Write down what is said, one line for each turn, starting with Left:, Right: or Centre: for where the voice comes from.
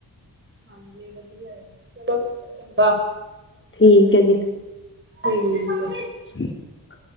Right: ਹਾਂਜੀ, ਵਧੀਆ ਐ ਚਲੋ ਚੰਗਾ।
Left: ਠੀਕ ਏ ਜੀ
Right: ਠੀਕ ਏ।
Left: <inaudible>